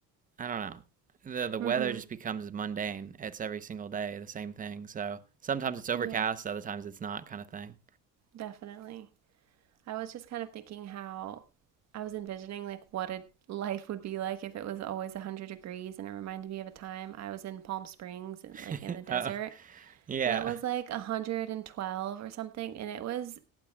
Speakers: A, on the right; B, on the right.
A: I don't know. The the weather
B: mm-hmm.
A: just becomes mundane. It's every single day the same thing. So sometimes it's overcast,
B: yeah,
A: other times it's not kind of thing.
B: definitely. I was just kind of thinking how I was envisioning like what a life would be like if it was always 100 degrees and it reminded me of a time I was in Palm Springs and
A: <laughs>
B: like in the desert
A: oh, yeah.
B: and it was like 112 or something and it was